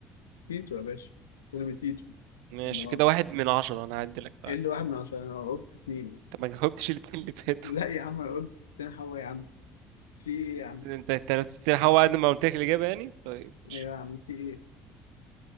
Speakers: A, on the left; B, on the right.
A: تيتو يا باشا فيلم تيتو
B: ماشي
A: لا
B: كده واحد من عشرة انا هعدي لك تعالى
A: ايه اللي واحد من عشرة انا قلت اتنين <laughs>
B: انت ما جاوبتش الاتنين اللي فاتوا
A: لا يا عم انا قلت ستين حوا يا عم في ايه يا عم
B: انت انت لو تستريح هو بعد ما قلت لك الاجابه يعني طيب ماشي
A: ايوه يا عم في ايه